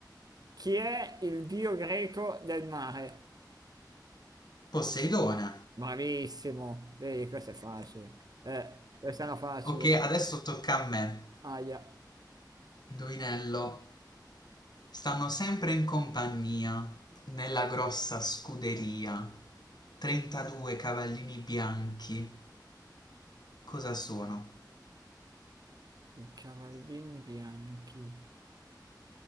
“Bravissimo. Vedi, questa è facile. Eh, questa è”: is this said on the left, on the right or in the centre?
Right